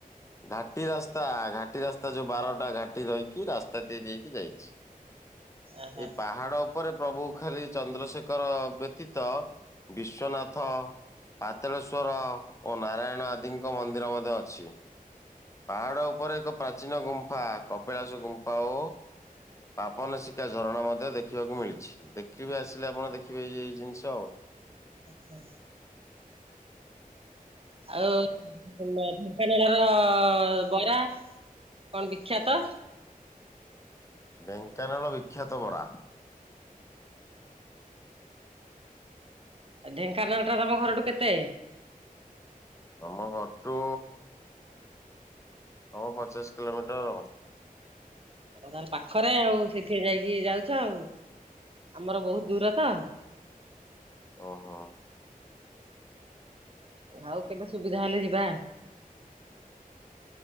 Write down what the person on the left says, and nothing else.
ଘାଟି ରାସ୍ତା ଘାଟି ରାସ୍ତା ଯୋଉ ବାରଟା ଘାଟି ରହିକି ରାସ୍ତା ତିଆରି ହେଇକି ଯାଇଛି।
ଏଇ ପାହାଡ ଉପରେ ପ୍ରଭୁ ଖାଲି ଚନ୍ଦ୍ରଶେଖର ବ୍ୟତୀତ ବିଶ୍ୱନାଥ ପାାତଳେଶ୍୍ୱର ଓ ନାରାୟଣ ଆଦିଙ୍କ ମନ୍ଦିର ମଧ୍ୟ ଅଛି ପାହାଡ଼ ଉପରେ ଏକ ପ୍ରାଚୀନ ଗୁମ୍ଫା କପିଳାସ ଗୁମ୍ଫା ଓ ପାପନ ଶିକା ଝରଣା ମଧ୍ୟ ଦେଖିବାକୁ ମିଳିଛି ଦେଖିବି ଆସିଲେ ଆପଣ ଦେଖିବେ ଏ ଏଇ ଜିନିଷ ଆଉ।
ବେଙ୍କାନାଳ ବିଖ୍ୟାତ ବରା।
ଆମ ଘରଠୁ ହବ ପଚିଶ କିଲୋମିଟର ଆ।
ଓହୋ।